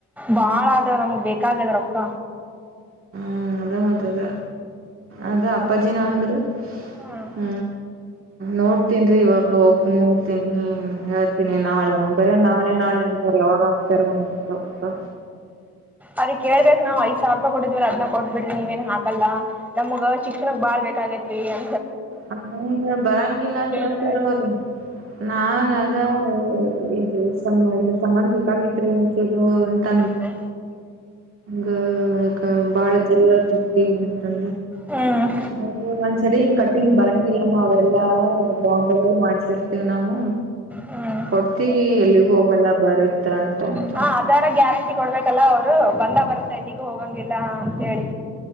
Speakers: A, in the centre; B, on the right (about 45°).
A: ಬಾಳ ಅದ ನನಗ್ ಬೇಕಾಗದ ರಕ್ತ
B: ಹ್ಮ್ ಅ ಮತ್ರದ ಅದ ಅಪ್ಪಾಜಿನ ಅಂದ್ರ
A: ಹ್ಮ್
B: ಹ ನೋಡ್ ಹತನ್ೀ ಇವಾಗ ಹೋಗ ನೋಡ್ತೀನಿ ಹೇಳ್ತೀನಿ ನಾಳೆ ಬರ ನಾ ನಾಳೆ ನಾಳೆ ಅಂತಾರೆ ಯಾವಾಗ ಆಗ್ತಾರ ಅ
A: ಅದ ಕೇಳ್ಬೇಕಕ್ಾಾವ ಐದ ಸಾವಿರ ರೂಪಾಯಿ ಕೊಟ್ಟಿದವಲ್ಲ ಅದ್ ಕೊಟ್ಬ ಬಿಡ್ರಿ ನೀವೇಏನ್ ಹಾಕಲ್ಲ ನಮ್ಗ ಶಿಕ್ಷಣಕ್ ಬಾಳ್ ಬೇಕ ಗೈತ್ ರರಿ ಎ
B: ಹಂಗೆ ಬರಂಗಿಲ್ಲ ಅಂತ ಹೇಳ್ತಾರ
A: ಬೇಕಾಗೈತಿ
B: ಅವರು ನಾನ್ ಅದ ಇದ ಇದ್ರ ಸಂಧ ಬೇಕಾಗಿತ್ರಿ ಅಂತೇಳರು ಅಂತ
A: ಂದೆ
B: ಹಗ ಬಾಳ ಜರರತ್ ಇತಿಲ್ಲಂತೆ
A: ಹ್ಮ್
B: ಹೌದು ಒಂದ್ಸರಿ ಹಿಂಗ ಕಟ್ಟ ಬಳಂಗಿಲ್ಲಮ್ಮ ಅವೆಲ್ಲಾ ಬಾಂಡಗಳು ಮಾಡ್ಸಿರ್ತೇವ್ ನಾವವು
A: ಹ್ಮ್
B: ಕೊಡ್ತೀವಿ ಎಲ್ಲಿಗ ಹೋಗಲ್ಲ ಬರುತ್ತ ಅಟಂತ
A: ಹಾ ಅದರ ಗ್ಯಾರಂಟಿ ಕೊಡ್ಬೇಕಲ್ಲ ಅವರು ಬಂದ ಬರುತ್ತೆ ಎಲ್ಲಿಗೂ ಹೋಗ ಲ್ಲ ಅಂತ ಹೇಳಿ